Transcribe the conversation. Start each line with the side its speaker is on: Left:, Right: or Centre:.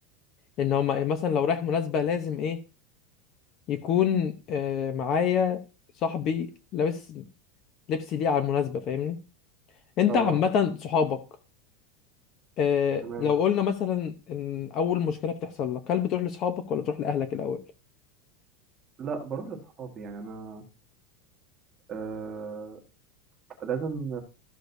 Left: ان هو مثلا لو رايح مناسبة لازم ايه يكون آه، معايا صاحبي لابس لبس ليه على المناسبة فاهمني انت
Right: اه
Left: عامة صحابك آه،
Right: تمام
Left: لو قلنا مثلا ان اول مشكله بتحصل لك هل بتروح لاصحابك ولا بتروح لاهلك الاول
Right: لا بروح لاصحابي يعني انا آه لازم